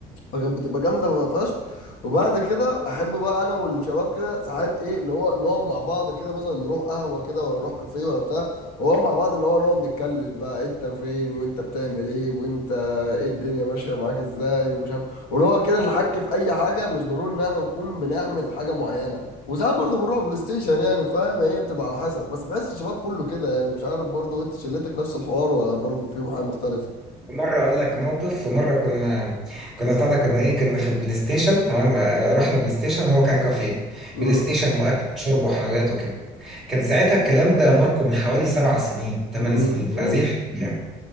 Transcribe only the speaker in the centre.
مرة أقول لك موقف ومرة كنا كنا طالع كنا إيه كنا في البلاي ستيشن تمام آه، رحنا بلاي ستيشن هو كان كافيه
بلاي ستيشن وأكل وشرب وحلويات وكده كان ساعتها الكلام ده ماركو من حوالي سبع سنين ثمان
سنين في
هذه الحدود يعني